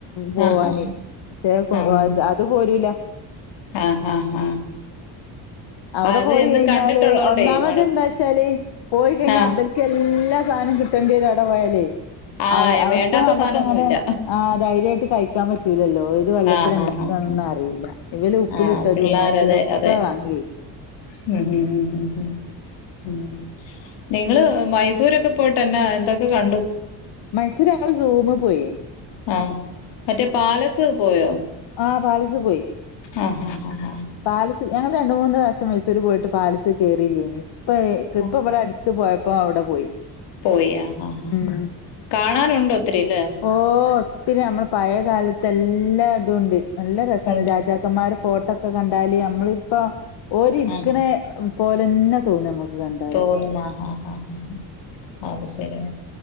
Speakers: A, on the left; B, on the left.
A: പോവാന്
B: ആഹ്
A: <unintelligible>
B: ആഹ്
A: അത്‌ പോലു ഇല്ല
B: ആഹ് ആഹ് ആഹ് ആഹ്
A: അവിടെ
B: അത്
A: പോയി
B: എന്നും
A: കഴിഞ്ഞാല്
B: കണ്ടിട്ടുള്ളോണ്ടേ
A: ഒന്നാമത്
B: മടു
A: എന്താച്ചാല് പോയി കഴിഞ്ഞാൽ
B: ആഹ്
A: ഇവൽ എല്ലാ സാധനം കിട്ടണ്ടി വരും അവിടെ പോയാല്.
B: ആഹ്
A: അവ അവിടുത്തെ
B: വേണ്ടാത്ത
A: നമ്മുക്ക്
B: സാധനൊന്നുല്ല
A: അങ്ങനെ ആഹ് ധൈര്യായിട്ട് കഴിക്കാൻ പറ്റൂലല്ലോ? ഇത് വെള്ളത്തില
B: ആഹ്
A: ഉണ്ടാക്കൊന്നും
B: ആഹ് ആഹ് ആഹ്
A: അറിയില്ല ഇവല് ഉപ്പിലിട്ടതും
B: ആഹ് പിള്ളേരതെ
A: മറ്റതൊക്കെ
B: അതെ
A: വാങ്ങി വക്കും.
B: ഉം ഉം ഉം ഉം ഉം നിങ്ങള് മൈസൂരൊക്കെ പോയിട്ട്ന്നെ എന്തൊക്കെ കണ്ടു?
A: മൈസൂർ ഞങ്ങൾ സൂമ് പോയിനി
B: ആഹ് മറ്റേ പാലസ് പോയോ?
A: ആഹ് പാലസ് പോയി.
B: ആഹ് ആഹ് ആഹ്
A: പാലസ് ഞങ്ങൾ രണ്ട മൂന്ന് വാവശ്യം മൈസൂര് പോയിട്ട് പാലിസ് കയറിയില്ലേനി ഇപ്പ
B: ആഹ്
A: ഇപ്പ ഇവിടെ അഡ് ത്ത് പോയപ്പോ അവിടെ പോയി.
B: പോയ് ആഹ്
A: ഉം
B: കാണാനുണ്ടോ ഒത്തിരിലെ?
A: ഓഹ് ഒത്തിരി നമ്മൾ പഴയ കാലത്ത് എല്ലാം ഇതുണ്ട്. നല്ല രസണ്
B: ഉണ്ട്
A: രാജാക്കന്മാരുടെ ഫോട്ടോ ഒക്കെ കണ്ടാല് നമ്മളിപ്പോ ഓരിരിക്കണ
B: ആഹ്
A: പോലെന്നെ തോന്നുമ്മക്ക് കണ്ട
B: തോന്നും ആ ഹ ഹാ ഹാ ഹ അത് ശരി